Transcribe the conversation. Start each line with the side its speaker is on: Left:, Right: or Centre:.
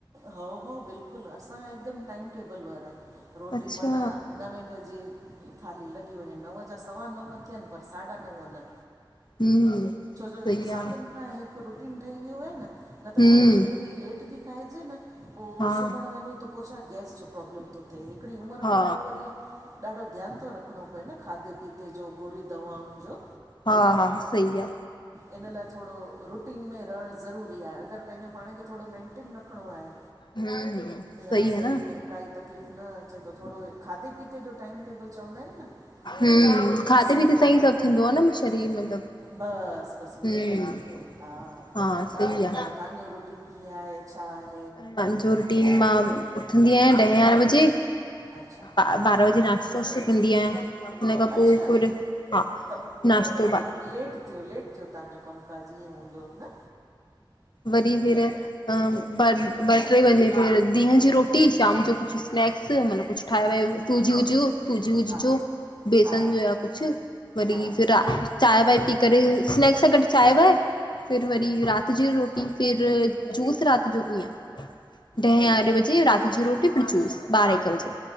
Right: हाओ- हाओ बिल्कुलु, असां हिकदमि टाइम टेबल वारा। रोटी
Left: अच्छा,
Right: माना नवे बजे थाली लॻी वंञें नव जा सवा नव थियनि पर साढा नव न
Left: हम्म
Right: छोजो
Left: सही
Right: सालनि
Left: आ,
Right: खां हिकु रुटीन ठही वियो आहे न, न त
Left: हम्म
Right: छाहे जेतिरी लेट थी खाएजे न पो
Left: हा
Right: सुम्हणं वंञूं त पो छा गैस जो प्रॉब्लम तो थिए हिकिड़ी उमरि
Left: हा
Right: खां पो वरी ॾाढो ध्यानु थोऐ रखिणो पए, न खाधे पीते जो गोरी दवाउनि जो
Left: हा हा सही आ
Right: इन्ह लाए थोड़ो रुटीन में रहण ज़रूरी आहे, अगरि पंहिंजो पांण खे थोड़ो मेंटेन रखिणो आहे।
Left: हम्म हम्म
Right: या
Left: सही आ
Right: शरीर
Left: न,
Right: में काई तकलीफ़ न अचे जो थोड़ो खाधे पीते जो टाइम टेबल चवंदा हिनि न बई
Left: हम्म खाधे
Right: सही
Left: पीते
Right: रखणु,
Left: सां ई सभु थींदो आ न शरीर मतिलबु
Right: बसि। बिल्कुलु
Left: हम्म
Right: -बिल्कुलु हा,
Left: हा
Right: तहां
Left: सही
Right: ॿुधायो
Left: आ,
Right: तहांजो रुटीन कीअं आहे, छा आहे?
Left: पांजो रूटीन, मां उथंदी आहियां ॾहें यारहें बजे
Right: अच्छा
Left: ॿारां बजे नाश्तो वाश्तो कंदी आहियां, उन खां
Right: अच्छा
Left: पो फिर हा
Right: पर
Left: नाश्तो
Right: माना लेट
Left: ब
Right: थियो लेट थियो तव्हांजो कमुकाज ईह्यें हूंदो। न
Left: वरी फिर अम ॿ ट्रे बजे फिर दिन जी रोटी, शाम जो कुछु स्नैक्स मतलब कुछु ठाहे-
Right: बिल्कुलु
Left: वाहे सूजी
Right: बिल्कुलु
Left: वूजू, सूजी वूजी
Right: हा
Left: जो बेसन
Right: हा
Left: जो या कुछु वरी
Right: हा
Left: फिर रा चांय वाय पी करे, स्नैक्स सां गॾु चांय वाय फिर
Right: हम्म
Left: वरी रात जी रोटी, फिर जूस रात जो पिया। ॾहे
Right: बढ़िया
Left: यारहें बजे राति जो रोटी फिर जूस ॿारहे हिक बजे।